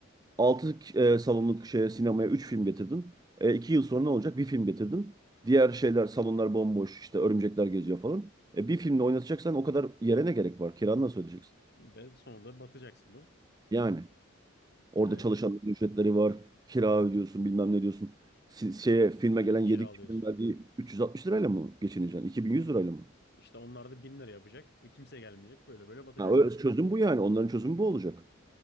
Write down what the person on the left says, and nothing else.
Ve sonunda batacaksın değil mi?
Yani
filmi
kiralıyorsun.
İşte onlar da bin lira yapacak. ve Kimse gelmeyecek. Böyle böyle batacaklar.